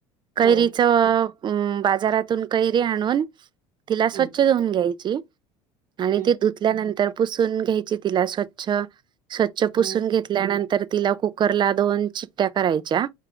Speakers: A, on the right (about 30°); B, on the right (about 60°).
A: कैरीच
B: हो.
A: उं बाजारातून कैरी आणून तिला स्वच्छ
B: हं,
A: धुऊन घ्यायची. आणि
B: हं,
A: ती धुतल्यानंतर पुसून घ्यायची तिला स्वच्छ, स्वच्छ पुसून
B: हं,
A: घेत ल्यानंतर तिला कुकरला दोन शिट्ट्या करायच्या,